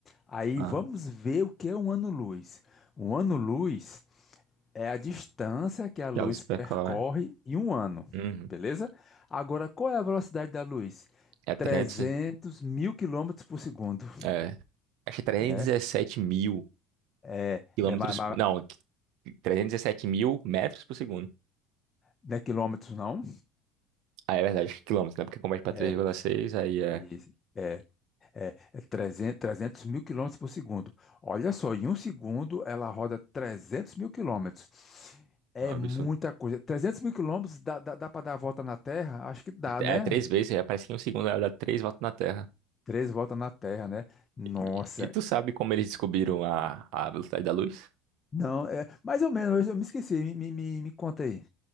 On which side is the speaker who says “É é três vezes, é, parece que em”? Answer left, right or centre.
Right